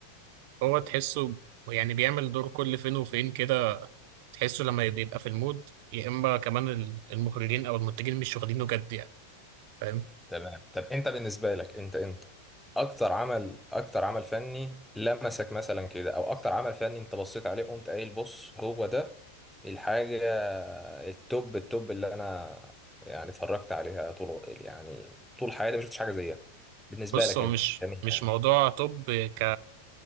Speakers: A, on the right; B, in the centre.
A: هو تحسه يعني بيعمل دور كل فين وفين كده تحسه لما يبقى في المود يا اما كمان ال- المخرجين او المنتجين مش واخدينه جد يعني فاهم
B: تمام طب انت بالنسبه لك انت انت اكتر عمل اكتر عمل فني لمسك مثلا كده او اكتر عمل فني انت بصيت عليه قمت قايل بص هو ده الحاجه التوب التوب اللي انا يعني اتفرجت عليها طول يعني طول حياتي ما شفتش حاجه زيها بالنسبه
A: بص
B: لك
A: هو
B: انت
A: مش
B: جميله
A: مش
B: يعني
A: موضوع طب ك-